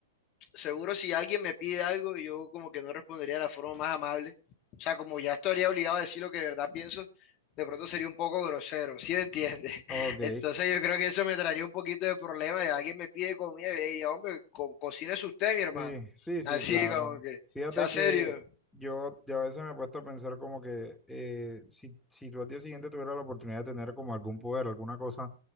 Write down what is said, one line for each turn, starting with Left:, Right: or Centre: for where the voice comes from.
Left: seguro si alguien me pide algo, yo como que no respondería de la forma más amable, o sea, como ya estaría obligado a decir lo que de verdad pienso, de pronto sería un poco grosero, ¿sí me entiendes?
Centre: Ok,
Left: <laughs> Entonces yo creo que eso me traería un poquito de problema, y alguien me pide comida, yo le diría, hombre, co cocínese usted,
Centre: Sí,
Left: mi hermano,
Centre: sí, sí,
Left: así
Centre: claro.
Left: como que,
Centre: Fíjate
Left: sea serio.
Centre: que yo, yo a veces me he puesto a pensar como que eh, si, si tú al día siguiente tuvieras la oportunidad de tener como algún poder, alguna cosa